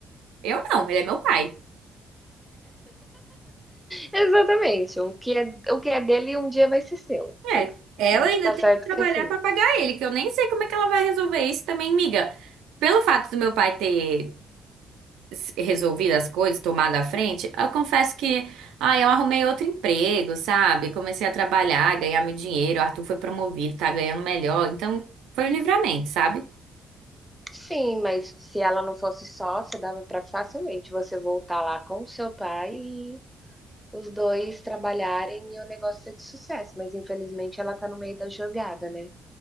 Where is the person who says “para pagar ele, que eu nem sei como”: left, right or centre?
Right